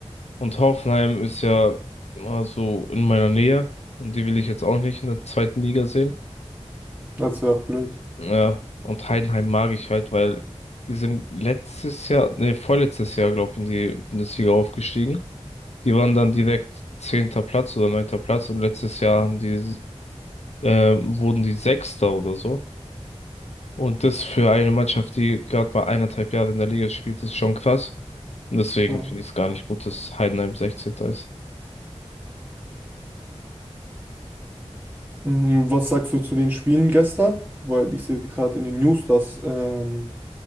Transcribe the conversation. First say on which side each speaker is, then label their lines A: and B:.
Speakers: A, on the left; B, on the right.
A: Und Hoffenheim ist ja immer so in meiner Nähe und die will ich jetzt auch nicht in der zweiten Liga sehen.
B: Das wäre auch blöd.
A: Ja, und Heidenheim mag ich halt, weil die sind letztes Jahr, nee, vorletztes Jahr, glaube ich, in die Bundesliga aufgestiegen. Die waren dann direkt zehnter Platz oder neunter Platz und letztes Jahr haben die, äh, wurden die Sechster oder so. Und das für eine Mannschaft, die gerade bei eineinhalb Jahren in der Liga spielt, ist schon krass. Und deswegen
B: Ja.
A: finde ich es gar nicht gut, dass Heidenheim sechzehnter ist.
B: Mm, Was sagst du zu den Spielen gestern? Weil ich sehe gerade in den News, dass ähm,